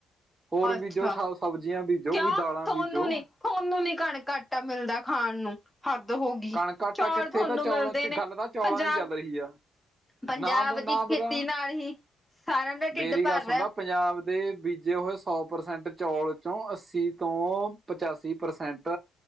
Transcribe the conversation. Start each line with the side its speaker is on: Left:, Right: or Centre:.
Right: ਹੋਰ
Centre: ਅੱਛਾ
Right: ਬੀਜੋ ਸਵ ਸਬਜ਼ੀਆਂ ਬੀਜੋ,
Centre: ਕਿਉਂ
Right: ਕੋਈ ਦਾਲਾਂ
Centre: ਥੋਨੂੰ
Right: ਬੀਜੋ।
Centre: ਨੀ ਥੋਨੂੰ ਨੀ ਕਣਕ ਆਟਾ ਮਿਲਦਾ ਖਾਣ ਨੂੰ ਹੱਦ ਹੋ ਗਈ,
Right: ਕਣਕ ਆਟਾ
Centre: ਚੋਲ
Right: ਕਿੱਥੇ
Centre: ਤੁਹਾਨੂੰ
Right: ਤਾਂ ਚੌਲਾਂ
Centre: ਮਿਲਦੇ
Right: ਚ
Centre: ਨੇ
Right: ਗੱਲ ਤਾਂ ਚੌਲਾਂ
Centre: ਪੰਜਾਬ
Right: ਦੀ ਚੱਲ ਰਹੀ ਆ
Centre: ਪੰਜਾਬ
Right: ਨਾ ਬ ਨਾ
Centre: ਦੀ ਖੇਤੀ
Right: ਬਰਾ
Centre: ਨਾਲ ਹੀ ਸਾਰਿਆਂ ਦਾ ਢਿੱਡ
Right: ਮੇਰੀ
Centre: ਭਰ
Right: ਗੱਲ ਸੁਣ
Centre: ਰਿਆ।
Right: ਲਾ ਪੰਜਾਬ ਦੇ ਬੀਜੇ ਹੋਏ, ਸੌ ਪ੍ਰਸੈਂਟ ਚੌਲ ਚ ਅੱਸੀ ਤੋਂ ਪਚਾਸੀ ਪ੍ਰਸੈਂਟ